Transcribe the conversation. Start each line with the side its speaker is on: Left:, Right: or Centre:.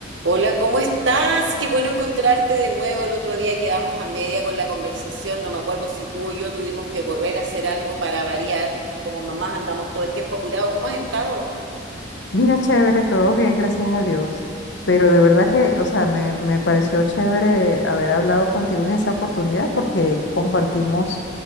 Right: Hola, ¿cómo estás? Qué bueno encontrarte de nuevo. El otro día quedamos a media con la conversación. No me acuerdo si tú o yo tuvimos que correr a hacer algo para variar. Como mamás andamos todo el tiempo apurados. ¿Cómo has estado?
Left: Mira, chévere, todo bien, gracias a Dios. Pero de verdad que, o sea, me, me pareció chévere haber hablado contigo en esa oportunidad porque compartimos